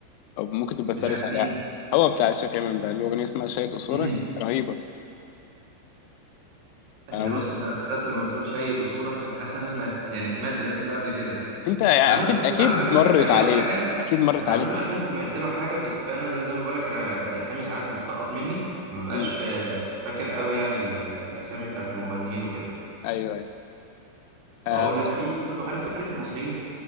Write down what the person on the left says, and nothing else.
أو ممكن تبقى
تسرش عليها
هو بتاع الشيخ إمام ده الأغنية اسمها سيد أسرك
رهيبة
آه، ممكن
أنت يعني
أكيد
أكيد
مرت
عليك
أكيد مرت
عليك
أنت
امم
أيوه أيوه آه،